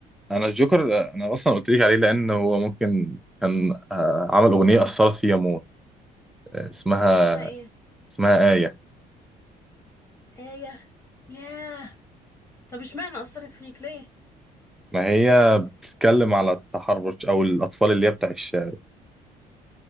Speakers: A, in the centre; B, on the left (about 15°).
A: انا الجوكر انا اصلا قلت لك عليه لان هو ممكن كان آه، عمل اغنيه اثرت فيا موت آه، اسمها
B: بتسمعها إيه
A: اسمها آية
B: آية ياه طب اشمعنى أثرت فيك ليه
A: ما هي بتتكلم على التحرش او الاطفال اللي هي بتاع الشارع